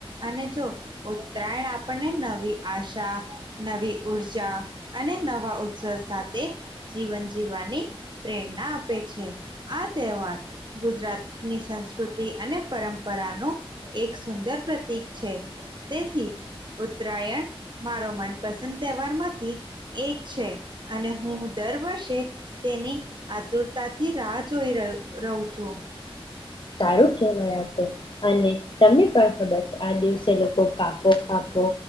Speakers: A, on the right (about 50°); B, on the left (about 55°).
A: અને જો ઉત્તરાયણ આપણને નવી આશા નવી ઉઊર્જા અને નવા ઉત્સાહ સાથે જીવન જીવવાની પ્રેરણા આપે છે, આ તહેવાર ગુજરાતની સંસ્કૃતિ અને પરંપરા <unintelligible> એક સુંદર <unintelligible> છે, તેથી ઉત્તરાયણ મારો મનપસંદ તહેવાર માંથી એક છે, અને હું દર વર્ષે તેની આતુરતાથી રાહ જોઈ રહ રહું છું.
B: સારું કહેવાય હત અને તમને પણ ખબર છે, આ દિવસે લોકો કાકો કાકો